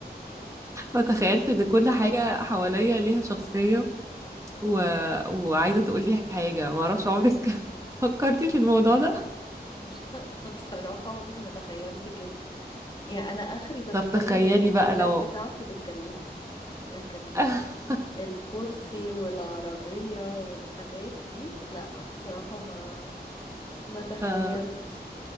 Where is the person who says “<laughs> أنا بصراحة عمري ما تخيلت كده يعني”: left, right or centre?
Left